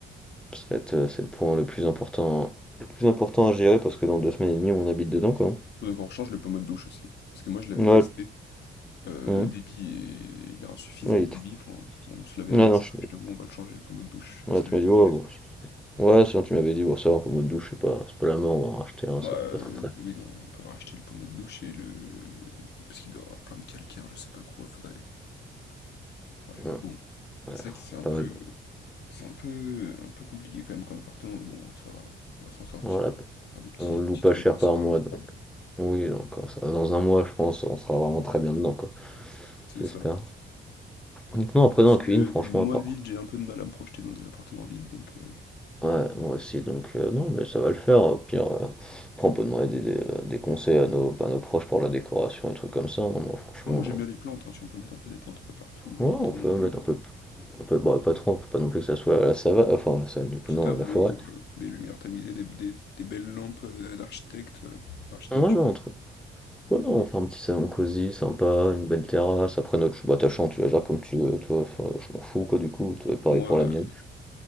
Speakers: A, in the centre; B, on the left.
A: Ça va être, euh, c'est le point le plus important, le plus important à gérer, parce que dans deux semaines et demie, on habite dedans, quoi.
B: Faut qu'on rechange le pommeau de douche aussi. Parce que moi, je l'avais
A: Ouais,
B: testé.
A: le-
B: Euh,
A: hmm.
B: le débit est... il est insuffisant,
A: Ouais, il
B: le
A: est
B: débit.
A: trop-
B: enfin on se lavait
A: Ouais,
B: avec
A: non,
B: ça.
A: je suis d'accord.
B: Je t'avoue, on va le changer, le pommeau de douche. Je sais pas
A: Ouais,
B: si t'avais
A: tu m'as
B: testé,
A: dit, ouais, bon.
B: toi.
A: Ouais, sinon tu m'avais dit, bon, ça va, un pommeau de douche, c'est pas, c'est pas la mort, on va en racheter un, ça
B: Bah,
A: coûte
B: euh,
A: pas très très.
B: oui, non, on peut racheter le pommeau de douche et le. Parce qu'il doit avoir plein de calcaire, je sais pas quoi. Faudrait. Ouais,
A: Ouais,
B: bon.
A: ouais,
B: C'est vrai que c'est un
A: pas
B: peu.
A: mal.
B: C'est un peu. Un peu compliqué quand même comme appartement, mais bon, ça va. On va s'en sortir.
A: Voilà,
B: Faire des petits,
A: on
B: des
A: le
B: petits
A: loue pas
B: trucs
A: cher
B: par-ci
A: par
B: par-là.
A: mois, donc.
B: quoi.
A: Oui, donc euh, ça va, dans un mois, je pense, on sera vraiment très bien dedans, quoi.
B: C'est
A: J'espère.
B: ça.
A: Donc, non, après,
B: Je-
A: dans la cuisine, franchement,
B: moi,
A: à part.
B: vide, j'ai un peu de mal à me projeter dans des appartements vides, donc... euh,
A: Ouais, moi aussi, donc, euh, non, mais ça va le faire. Au pire, euh, après, on peut demander des, des- euh, des conseils à nos, à nos proches pour la décoration et trucs comme ça. hein. Moi, franchement,
B: Moi, moi j'aime bien les plantes, hein, si on peut mettre un peu des plantes un peu partout,
A: euh,
B: euh,
A: ouais,
B: pas trop
A: on peut
B: non plus.
A: mettre
B: mais
A: un peu, un peu, bah, pas trop, faut pas non plus que ça soit à la savane, enfin, à la savane, du coup,
B: Petit
A: non,
B: tableau,
A: à la forêt.
B: euh, des lumières tamisées, des, des- des belles lampes euh, d'architecte, euh, d'architecture.
A: Ouais, non, Ouais, non, on fait un petit salon cosy, sympa, une belle terrasse. Après, notre... ch- bah, ta chambre, tu la gères comme tu veux, toi. Enfin, je m'en fous, quoi, du coup. Toi, pareil
B: Enfin, moi,
A: pour
B: euh,
A: la mienne.